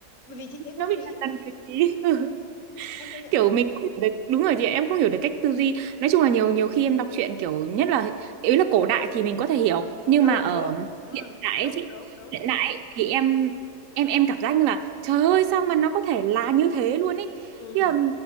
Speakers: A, on the left; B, on the right.
A: bởi vì chị thấy vô
B: nó bị
A: lý.
B: đần đần trí <laughs>
A: Em công nhận
B: kiểu
A: không?
B: mình không hiểu được đúng rồi chị ạ, em không hiểu được cách tư duy nói chung là nhiều nhiều khi em đọc truyện kiểu nhất là ý là cổ đại thì mình có thể hiểu nhưng
A: Ừ,
B: mà ở
A: đúng. Ừ,
B: hiện đại
A: đúng,
B: ấy chị
A: đúng, đúng.
B: hiện đại ấy, thì em em em cảm giác như là trời ơi sao mà nó có thể là như thế luôn ấy
A: Ừ,
B: nhưng mà